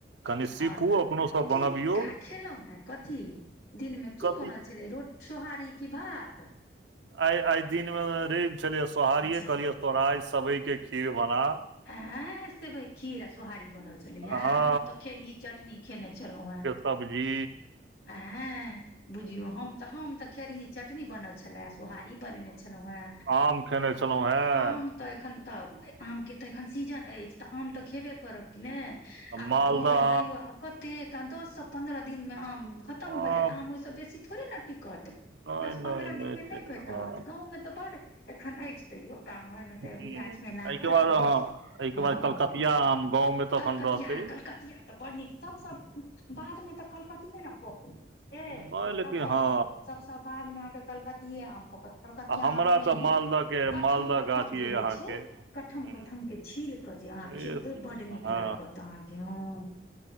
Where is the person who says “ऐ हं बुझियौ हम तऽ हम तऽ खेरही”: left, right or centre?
Left